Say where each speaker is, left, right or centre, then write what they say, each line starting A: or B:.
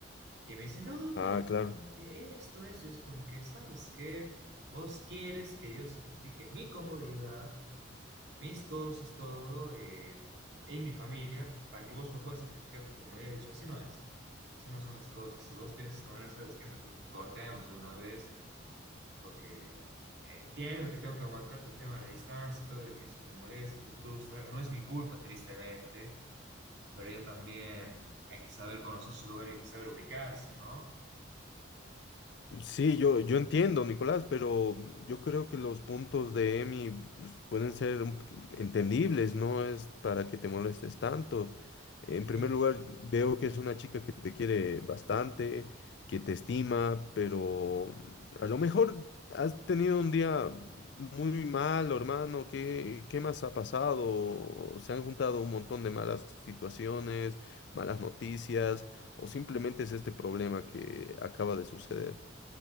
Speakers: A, on the right; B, on the left.
A: Y me dice, no,
B: Ah,
A: pero
B: claro.
A: esto, eso, y es como que, ¿sabes qué? Vos quieres que yo sacrifique mi comodidad mis cosas, todo, eh, y mi familia, para que vos no puedas sacrificar tu comodidad. He dicho, así no es, así no son las cosas. Si vos piensas de esta manera, sabes que mejor cortemos de una vez, porque entiendo que tengo que aguantarte el tema de la distancia, todo, de que eso te molesta, te frustra. No es mi culpa, tristemente, pero ya también hay que saber conocer su lugar y hay que saber ubicarse, ¿no?
B: Sí, yo, yo entiendo, Nicolás, pero yo creo que los puntos de Emi pues, pueden ser un p- entendibles, no es para que te molestes tanto. En
A: Sí.
B: primer lugar, veo que es una chica que te quiere bastante, que te estima, pero a lo mejor has tenido un día muy malo, hermano. ¿Qué, qué más ha pasado? Se han juntado un montón de malas situaciones, malas noticias, o simplemente es este problema que acaba de suceder.